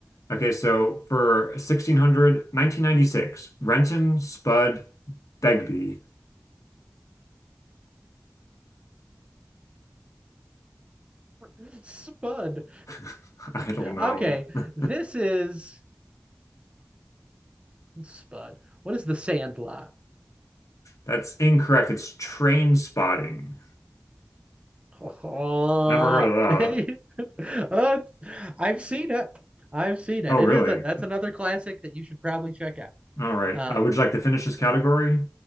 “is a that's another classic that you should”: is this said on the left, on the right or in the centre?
Right